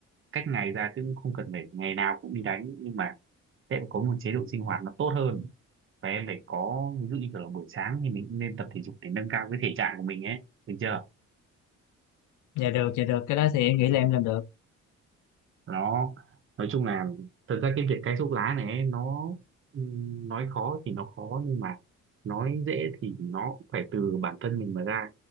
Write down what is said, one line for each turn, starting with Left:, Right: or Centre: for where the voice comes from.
Right: cách ngày ra chứ không cần phải ngày nào cũng đi đánh nhưng mà sẽ có một chế độ sinh hoạt nó tốt hơn và em phải có ví dụ như kiểu là buổi sáng thì mình cũng nên tập thể dục để nâng cao cái thể trạng của mình ấy được chưa
Left: dạ được dạ được cái đó thì em nghĩ là em làm được
Right: nó nói chung là thật ra cái việc cai thuốc lá này ấy, nó ừm, nói khó thì nó khó nhưng mà nói dễ thì nó cũng phải từ bản thân mình mà ra